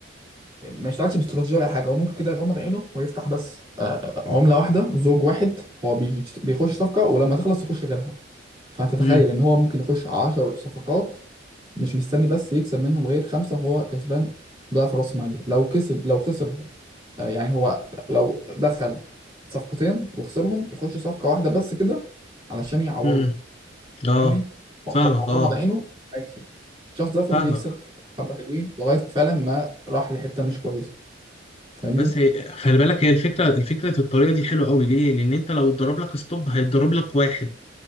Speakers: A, on the right; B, on the left.
A: ما يشتغلش باستراتيجية ولا أي حاجة هو ممكن كده يغمض عينه ويفتح بس آه، عملة واحدة زوج واحد هو بيش- بيخش صفقة ولما تخلص يخش غيرها فأنت تخيل
B: امم
A: إن هو ممكن يخش عشر صفقات مش مستني بس يكسب منهم غير خمسة وهو كسبان ضعف رأس ماله لو كسب لو خسر آه، يعني هو لو دخل صفقتين وخسرهم يخش صفقة واحدة بس كده علشان يعوضه
B: امم اه
A: فاهمني هو هو
B: فاهمك
A: لو غمض
B: اه
A: عينه هيكسب الشخص ده فضل
B: فاهمك
A: يكسب حبة حلوين لغاية فعلا ما راح لحتة مش كويسة فاهمني
B: بس هي خلي بالك هي الفكره الفكره الطريقه دي حلوه قوي ليه لان انت لو اتضرب لك ستوب هيتضرب لك واحد